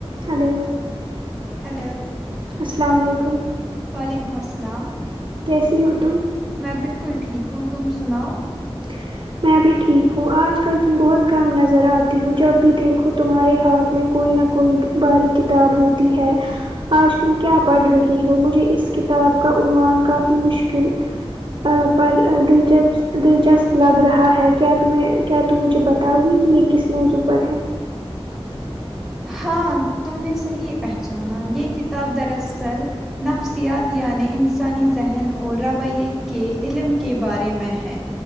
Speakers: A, on the right; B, in the centre.
A: hello
B: hello
A: السلام و علیکم
B: وعلیکم اسلام
A: کیسی ہو تم
B: میں بالکل ٹھیک ہوں تم سناؤ
A: ہ <inaudible> میں بھی ٹھیک ہوں آج کل تم بہت کم نظر آتی ہو جب بھی دیکھو تمہارے ہاتھ میں کوئی نہ کوئی باری کتاب ہوتی ہے آج تم کیا پڑھ رہی ہو مجھے اس کتاب کا عنوان کافی مشکل آ پر دلچپس دلچسپ لگ رہا ہے کیا تمہیں کیا تم مجھے بتاؤ گی کہ یہ کس موضوع پر ہے
B: ہاں تم نے صحیح پہچانا یہ کتاب دراصل نفسیات یعنی انسانی ذہن اور رویے کے علم کے بارے میں ہے